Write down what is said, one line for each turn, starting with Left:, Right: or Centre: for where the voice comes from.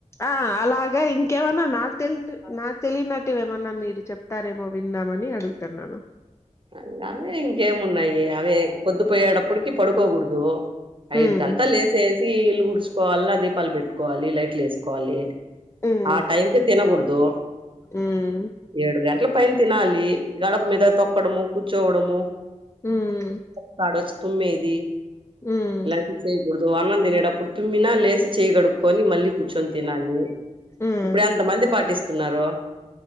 Left: ఆ అలాగా ఇంకేమన్నా నాకు తెలి నాకు తెలియనట్టువేమన్నా మీర్ మీర్ చెప్తారేమో విందామని అడుగుతున్నాన్
Right: అ అవే ఇంకేమున్నాయి అవే పొద్ పోయడప్పుటికి పడుకోకూడదు ఐదు
Left: ఉమ్
Right: కంత లేసే స్ తీ ఇల్లు గుడుచుకోవాలా, దీపాలు పెట్టుకోవాలి లైట్లు వేసుకోవాలి.
Left: ఉమ్
Right: ఆ టైమ్ కి తినకూడదు
Left: ఉమ్
Right: ఏడు గంట్లు పైన్ తినాలి గడప మీద తొక్ తోక్కడము కూర్చోవడము
Left: ఉమ్
Right: క్తాడో చ్ తుమ్మేది
Left: ఉమ్
Right: ఇలాంటి చేయకూడద్ తు అన్నం తినేటప్పుడు తుమ్మినా లేసి చెయ్యిగడు కొని మళ్ళీ కూర్చొని తినాలి,
Left: ఉమ్
Right: ఇప్పుడు ఎంత మంది పాటిస్తున్నారూ